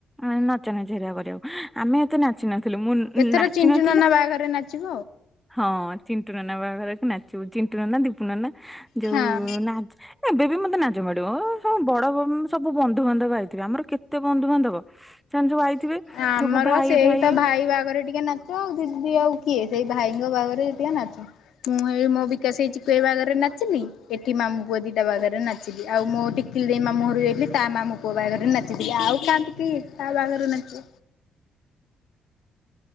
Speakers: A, in the centre; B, on the left.
A: ଏ ନଚା ନଚି ହେରିକା କରିବାକୁ। ଆମେ ଏତେ ନାଚି ନ ଥିଲି। ମୁଁ-ଉଁ
B: ଏଥର
A: ନାଚି
B: ଚିଣ୍ଟୁ
A: ନଥିଲୁ
B: ନନା ବାହାଘରେ ନାଚିବ
A: ହଁ ଚିଣ୍ଟୁନନା ବାହାଘରକୁ ନାଚିବୁ। ଚିଣ୍ଟୁନନା, ଦି ପୁ ନନା। ଯୋଉ
B: ଆଉ
A: ନାଜ ଏବେ ବି ମତେ ନାଜ ମାଡିବ। ଓ ହୋ ବଡ ବ ସବୁ ବନ୍ଧୁବାନ୍ଧବ ଆଇଥିବେ। ଆମର କେ କେତେ ବନ୍ଧୁବାନ୍ଧବ। ସେମାନେ ଯୋଉ ଆଇଥିବେ,
B: ହଁ ଆମର
A: ସବୁ ଭାଇ
B: ସେଇ
A: ଫାଇ
B: ତ ଭାଇ ବାହାଘରେ ଟିକେ ନାଚ ଆଉ ଦିଦି ଆଉ କିଏ ସେଇ ଭାଇଙ୍କ ବାହାଘରରେ ଯେତିକ ନାଚନ୍ତି। ମୁଁ ହେଇ ମୋ ବିକାଶ ଭାଇ ଚିକୁ ଭାଇ ବାହାଘରରେ ନାଚିଲି, ଏଠି ମା ମାମୁଁ ପୁଅ ଦିଟା ବାହାଘରରେ ନାଚିଲି। ଆଉ ମୋ ଟିକିଲି ଦେଇ ମାମୁଁଘରକୁ ଯାଇଥିଲି, ତା ମାମୁଁ ପୁଅ ବାହାଘରରେ ନାଚିଥିଲି। ଆଉ ଥାନ୍ତେ କିଏ ତା ବାହାଘରକୁ ନାଚିବ।